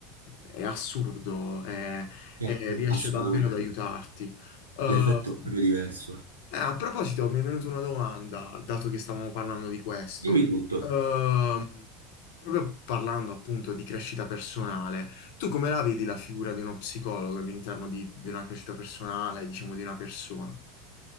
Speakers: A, on the left (about 60°); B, on the right (about 85°).
A: è assurdo, è-
B: Certo,
A: è- riesce
B: assolutamente.
A: davvero ad aiutarti. Eh,
B: L'effetto è proprio diverso.
A: eh, a proposito, mi è venuta una domanda, dato che stavamo parlando di questo.
B: Dimmi tutto.
A: Ehm, proprio parlando appunto di crescita personale, tu come la vedi la figura di uno psicologo all'interno di, di una crescita personale, diciamo di una persona?